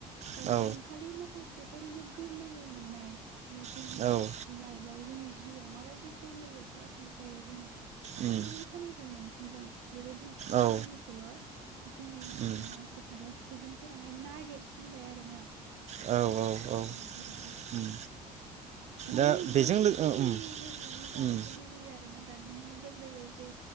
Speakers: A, on the right; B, on the right.
A: ओ
B: औ औ
A: जों खालि माखासे ओरैनो गोरलैयै मोननाय जे जोंनि
B: औ
A: लाइफआव जोंनि जिउआव माबायदि गोरलैयै सरासनस्रायै जोङो थाबनो
B: उम
A: बै खामानिखौ मोनफ खुंगोन बेबायदि
B: औ
A: खामानिखौल जोंनि
B: उम
A: मानसिफ्रा बा सुबुं फोराहाय नागिरसिनबाय आरो ना
B: औ औ
A: बेबायदि
B: उम
A: माने
B: दा बेजों
A: दसे
B: लो
A: समनि
B: ओ उम
A: गेजेरावनो जानायखौ
B: उम
A: लुबैयो आरोना दानियाहाय गोरलैयै जे